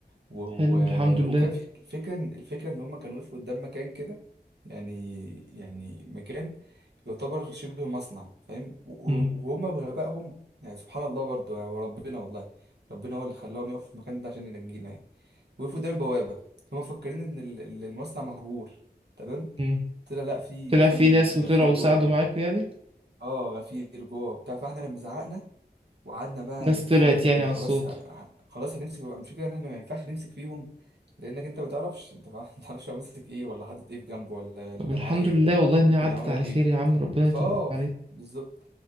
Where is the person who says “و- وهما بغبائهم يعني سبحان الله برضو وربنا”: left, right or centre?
Right